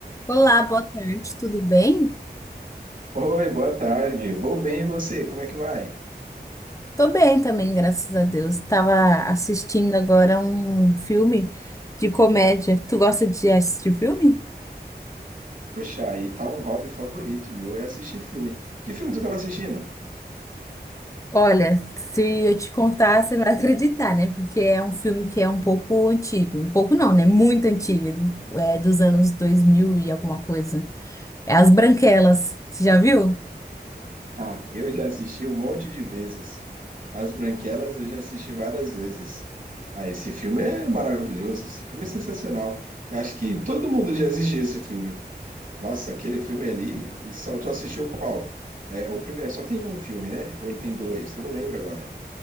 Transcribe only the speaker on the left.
Olá, boa tarde, tudo bem?
Tô bem também, graças a Deus. Tava assistindo agora um filme de comédia. Tu gosta de assistir filme?
Olha, se eu te contar, você não vai acreditar, né? Porque é um filme que é um pouco antigo. Um pouco não, né? Muito antigo. É dos anos 2000 e alguma coisa. É As Branquelas. Você já viu?